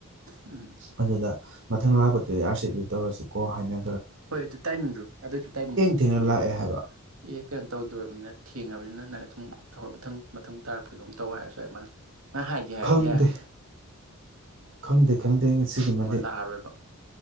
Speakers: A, on the right; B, on the right.
A: ꯎꯝ
B: ꯑꯗꯨꯗ ꯃꯊꯪ ꯂꯥꯛꯄꯗꯨꯗꯤ ꯑꯥꯔ ꯁꯤ ꯇꯤꯗ ꯇꯧꯔꯁꯤꯀꯣ ꯍꯥꯏꯅ
A: ꯍꯣꯏ ꯑꯗꯨ ꯇꯥꯏꯃꯤꯡꯗꯨ ꯑꯗꯨꯏꯁꯨ ꯇꯥꯏꯃꯤꯡꯗꯨꯣ
B: ꯊꯦꯡꯅ
A: ꯌꯦꯡꯕ ꯌꯥꯏꯗꯃ
B: ꯂꯥꯛꯑꯦ ꯍꯥꯏꯕ
A: ꯑꯦ ꯀꯩꯅꯣ ꯇꯧꯗꯣꯔꯕꯅꯤꯅ ꯊꯦꯡꯉꯕꯅꯤꯅ ꯅꯪꯅ ꯑꯗꯨꯝꯔ ꯃꯊꯪ ꯃꯊꯪ ꯇꯥꯔꯛꯄ ꯑꯗꯨꯝ ꯇꯧ ꯍꯥꯏꯔꯁꯨ ꯑꯩ ꯃꯥ ꯃꯥꯅ ꯍꯥꯏꯒꯦ ꯍꯥꯏꯔꯗꯤ
B: ꯈꯪꯗꯦ
A: ꯌꯥꯔꯕꯅꯤꯅ
B: ꯈꯪꯗꯦ ꯈꯪꯗꯦ ꯉꯁꯤꯗꯨꯃꯗꯤ
A: ꯂꯥꯛꯑꯔꯣꯏꯕ